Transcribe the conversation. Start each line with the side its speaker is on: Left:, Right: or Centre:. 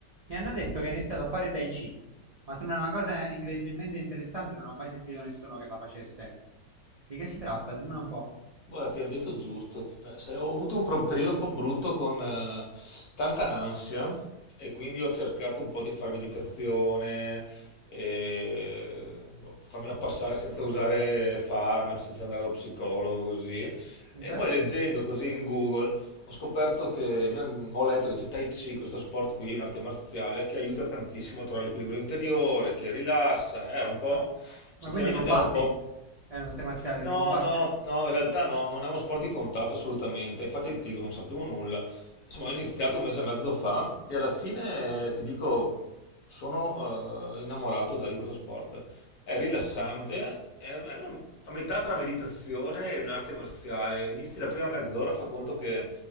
Right: Mi hanno detto che hai iniziato a fare Tai Chi, ma sembra una cosa incredibilmente interessante, non ho mai sentito nessuno che la facesse. Di che si tratta? Dimmelo un po'.
Left: Guarda, ti hanno detto giusto. Eh, se ho avuto un, pro- un periodo un po' brutto con eh, tanta ansia e quindi ho cercato un po' di fare meditazione, e, boh, farmela passare senza usare farmaci, senza andare allo psicologo, così.
Right: E
Left: E
Right: Beh,
Left: poi leggendo così in Google ho scoperto che mi han- ho letto che c'è Tai Chi, questo sport qui, un'arte marziale, che aiuta tantissimo a trovare l'equilibrio interiore, che rilassa. Ero un po'
Right: ma,
Left: Sinceramente
Right: ma quindi combatti?
Left: ero un po'...
Right: È un'arte marziale,
Left: No,
Right: si combatte?
Left: no, no, in realtà no, non è uno sport di contatto assolutamente, infatti ti dico, non sapevo nulla. Insomma, ho iniziato un mese e mezzo fa e alla fine eh, ti dico, sono eh, innamorato già di questo sport. È rilassante, è, è una- a metà tra meditazione e un'arte marziale. Inizi la prima mezz'ora, fa conto che